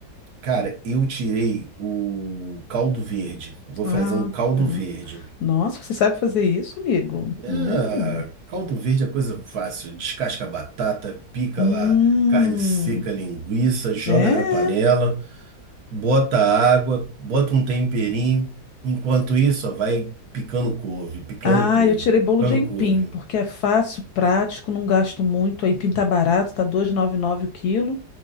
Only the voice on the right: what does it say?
Cara, eu tirei o caldo verde. Vou
fazer um caldo
verde.
Ah,
caldo verde é coisa fácil. Descasca a batata, pica
lá carne seca, linguiça, joga
na panela, bota água, bota um temperinho. Enquanto isso, ó, vai picando couve, picando
couve,
picando
couve.